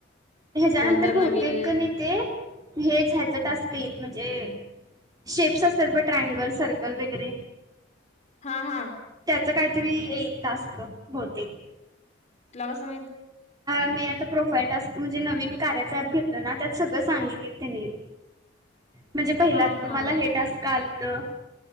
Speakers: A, on the right; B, on the left.
A: ह्याच्यानंतर
B: कोणत नवीन
A: बहुतेक ने ते हेच टास्क येईल म्हणजे जे शेप्स असतात बग ट्रँगल सर्कल वगैरे
B: हा हा
A: त्याच कायतरी येईल टास्क बहुतेक
B: तुला कसं माहीत?
A: मी आता प्रोफाईल टास्क म्हणजे नवीन कार्याच ऍप घेतलं ना त्यात सगळं सांगितली त्यांनी म्हणजे पहिला
B: हा
A: तुम्हाला
B: हा
A: हे टास्क आल. त अ.